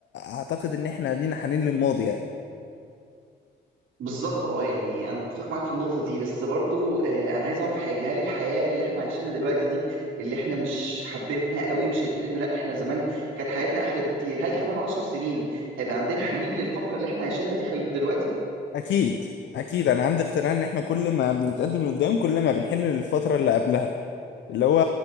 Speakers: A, on the left; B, on the right.
A: أعتقد إن إحنا لينا حنين للماضي يعني
B: بالظبط اه يعني انا متفق معاك في النقطه دي بس برضو آه، انا عايز اعرف حاجه هل الحياه اللي احنا عايشينها دلوقتي دي اللي احنا مش حابينها قوي وشايفين ان لا احنا زمان كانت حياتنا احلى بكتير هل كمان عشر سنين هيبقى عندنا حنين للفتره اللي احنا عايشينها دي حل- دلوقتي
A: أكيد أكيد أنا عندي اقتناع إن إحنا كل ما بنتقدم لقدام كل ما بنحن للفترة اللي قبلها اللي هو